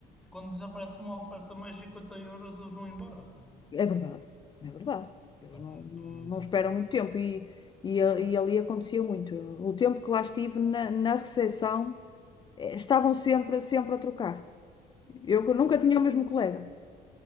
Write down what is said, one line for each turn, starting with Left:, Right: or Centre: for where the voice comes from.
Centre: Quando desaparece uma oferta mais 50 euros, eles vão embora.
Left: é verdade, é verdade. Eles
Centre: Sabes?
Left: não, não,
Centre: E,
Left: não
Centre: eh,
Left: esperam muito tempo. E, e, a- e ali acontecia muito. O tempo que lá estive na, na recepção, eh, estavam sempre, sempre a trocar. Eu nunca
Centre: pois,
Left: tinha o mesmo colega.